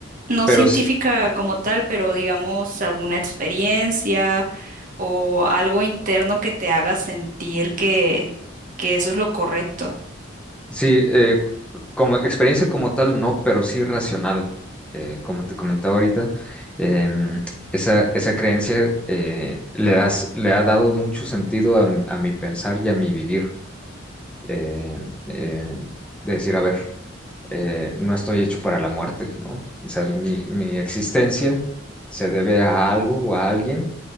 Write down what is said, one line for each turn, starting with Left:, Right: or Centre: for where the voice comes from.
Right: no
Centre: Pero
Right: científica
Centre: s-
Right: como tal, pero digamos alguna experiencia o algo interno que te haga sentir que, que eso es lo correcto.
Centre: sí, eh, como experiencia como tal, no, pero sí racional. Eh, como te comentaba ahorita, em, esa, esa creencia eh, le das, le ha dado mucho sentido a, m- a mi pensar y a mi vivir. Eh, eh, de decir, a ver, eh, no estoy hecho para la muerte, ¿no? O sea, mi, mi existencia se debe a algo o a alguien